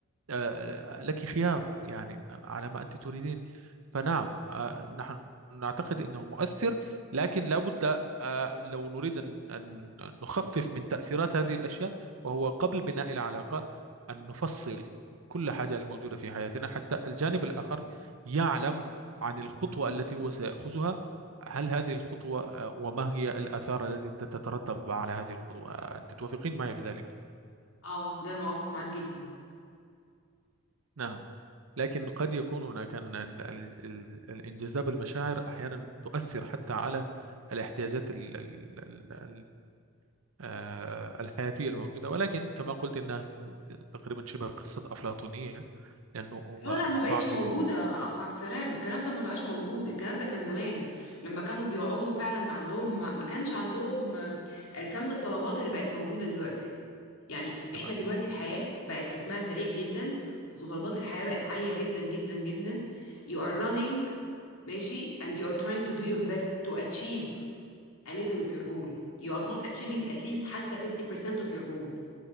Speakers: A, on the right; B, on the left.
A: آه، لك خيار يعني على ما أنت تريدين فنعم آه، نحن نعتقد أنه مؤثر لكن لابد آه، لو نريد أن أن نخفف من تأثيرات هذه الأشياء وهو قبل بناء العلاقة أن نفصل كل حاجة الموجودة في حياتنا حتى الجانب الآخر يعلم عن الخطوة التي هو سيأخذها هل هذه الخطوة آه، وما هي الآثار التي تترتب على هذه الخطوة آه، أنت توافقين معي في ذلك
B: اه لا انا وافق معاك جدا
A: نعم لكن قد يكون هناك ال- ال- ال- الانجذاب المشاعر أحيانا تؤثر حتى على الاحتياجات ال- ال- ال- ال- آه، الحياتية الموجودة ولكن كما قلت إنها س- تقريبا شبه قصة أفلاطونية لأنه هو
B: اه لا ما بقتش
A: صعب جدا
B: موجوده يا اخ عبد السلام الكلام ده ما بقاش موجود الكلام ده كان زمان لما كانوا بيقعدوا فعلا عندهم ما ما كانش عندهم آه، كم الطلبات اللي بقت موجوده دلوقتي يعني احنا
A: تمام
B: دلوقتي الحياة بقت رتمها سريع جدا متطلبات الحياة بقت عالية جدا جدا جدا you are running ماشي and you are trying to do your best to achieve a little of your goal you are not achieving at least حتى 50% of your goal